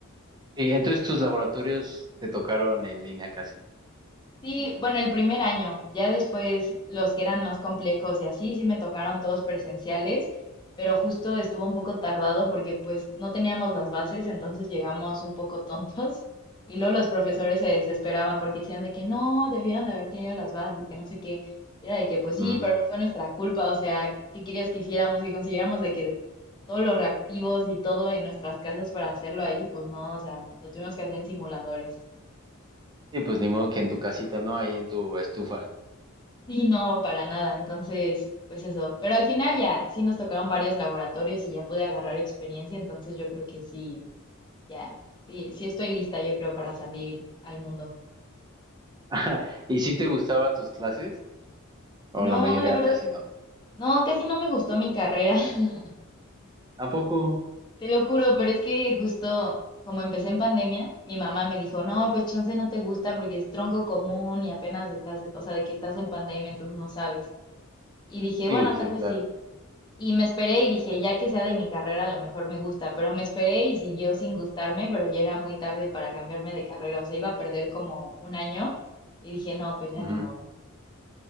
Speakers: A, on the right; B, on the left.
A: Y entonces tus laboratorios te tocaron en línea casi.
B: Sí, bueno, el primer año, ya después los que eran más complejos y así, sí me tocaron todos presenciales, pero justo estuvo un poco tardado porque pues no teníamos las bases, entonces llegamos un poco tontos <laughs> y luego los profesores se desesperaban porque decían de que no, debieron de haber tenido las bases, que no sé qué, y era de que pues sí,
A: Mm.
B: pero no fue nuestra culpa, o sea, ¿qué querías que hiciéramos? Que consiguiéramos de que todos los reactivos y todo en nuestras casas para hacerlo ahí, pues no, o sea, lo tuvimos que hacer en simuladores.
A: Sí, pues ni modo que en tu casita, ¿no? Ahí en tu estufa.
B: Sí, no, para nada. Entonces, pues eso. Pero al final ya, sí nos tocaron varios laboratorios y ya pude agarrar experiencia. Entonces yo creo que sí, ya, sí, sí estoy lista, yo creo, para salir al mundo.
A: <laughs> ¿Y si te gustaban tus clases? O
B: No,
A: la mayoría
B: la verdad,
A: casi no.
B: no, casi no me gustó mi carrera. <laughs>
A: ¿A poco?
B: Te lo juro, pero es que justo como empecé en pandemia, mi mamá me dijo, no, pues chance no te gusta porque es tronco común y apenas estás, o sea, de que estás en pandemia, entonces no sabes. Y dije,
A: Sí,
B: bueno,
A: sí,
B: tal vez
A: claro.
B: sí. Y me esperé y dije, ya que sea de mi carrera, a lo mejor me gusta, pero me esperé y siguió sin gustarme, pero ya era muy tarde para cambiarme de carrera, o sea, iba a perder como un año y dije, no, pues ya
A: Ujú.
B: ni modo.